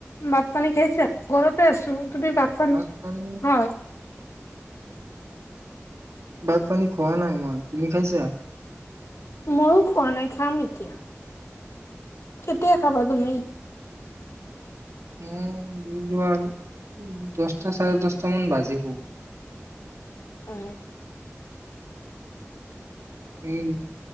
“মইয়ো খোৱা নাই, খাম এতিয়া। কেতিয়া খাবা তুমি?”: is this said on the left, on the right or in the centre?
Left